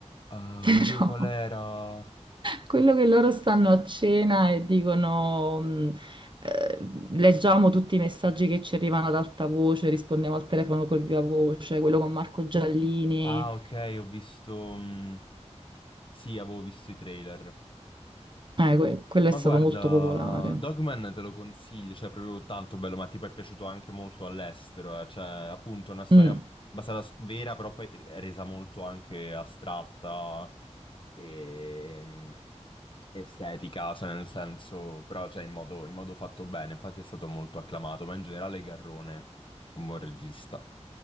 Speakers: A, on the left; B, on the right.
A: Ah,
B: <laughs> però
A: oddio, qual era?
B: quello che loro stanno a cena e dicono, mh, eh, leggiamo tutti i messaggi che ci arrivano ad alta voce, rispondiamo al telefono col viva voce, quello con Marco Giallini,
A: Ah, ok, ho visto... mh, Sì, avevo visto i trailer.
B: eh, que- quello è
A: Ma
B: stato
A: guarda,
B: molto popolare.
A: Dogman te lo consiglio, cioè è proprio tanto bello, ma tipo è piaciuto anche molto all'estero, eh. Cioè, appunto, è una storia
B: Mm,
A: basata su vera, però poi è resa molto anche astratta e mh, estetica, cioè nel senso, però cioè, in modo, in modo fatto bene, infatti è stato molto acclamato, ma in generale Garrone, un buon regista.